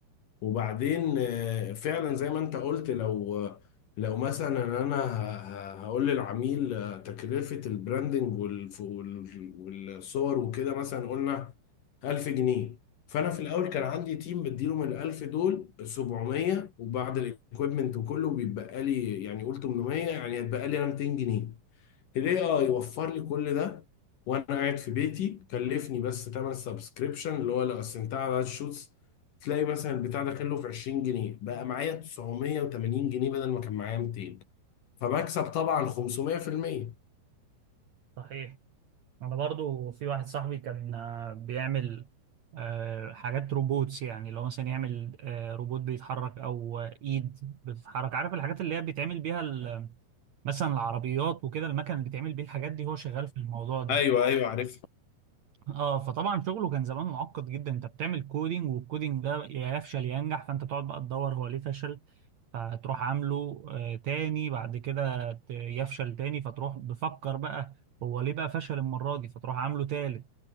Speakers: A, on the left (about 60°); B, on the right (about 60°).
A: وبعدين آه، فعلا زي ما انت قلت لو لو مثلا انا ه- ه- هقول للعميل آه، تكلفة البراندنج والف- وال- والصور وكده مثلا قلنا 1000 جنيه فانا في الاول كان عندي تيم بديله من ال 1000 دول 700 وبعد الايكويبمنت وكله بيتبقى لي يعني قول 800 يعني هيتبقى لي انا 200 جنيه الاي اي وفر لي كل ده وانا قاعد في بيتي كلفني بس تمن سبسكريبشن اللي هو لو قسمتها على عدد الشوتس تلاقي مثلا البتاع ده كله في 20 جنيه بقى معايا 980 جنيه بدل ما كان معايا 200 فمكسب طبعا 500%
B: صحيح انا برضو في واحد صاحبي كان آه، بيعمل آه، حاجات روبوتس يعني لو مثلا يعمل آه، روبوت بيتحرك او آه، ايد بتتحرك عارف الحاجات اللي هي بيتعمل بيها ال- مثلا العربيات وكده المكن اللي بيتعمل بيه الحاجات دي هو شغال في الموضوع ده
A: ايوه ايوه عرفت
B: اه فطبعا شغله كان زمان معقد جدا انت بتعمل كودينج والكودينج ده يا يفشل يا ينجح فانت تقعد بقى تدور هو ليه فشل فتروح عامله آه، تاني بعد كده ت- يفشل تاني فتروح بفكر بقى هو ليه بقى فشل المرة دي فتروح عامله تالت